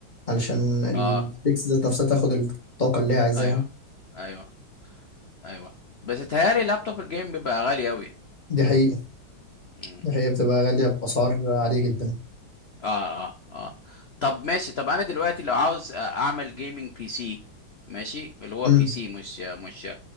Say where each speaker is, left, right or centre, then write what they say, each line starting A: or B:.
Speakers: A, on the left (about 20°); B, on the left (about 75°).
A: علشان البيكس
B: اه
A: ذات نفسها تاخد الطاقة اللي هي عايزاها
B: ايوه ايوه ايوه بس اتهيألي لابتوب الجيم بيبقى غالي اوي
A: دي حقيقة
B: امم
A: دي حقيقة بتبقى غالية بأسعار عالية جدا
B: اه اه اه طب ماشي طب انا دلوقتي لو عاوز آه، اعمل جيمنج بي سي ماشي اللي هو
A: امم
B: بي سي مش مش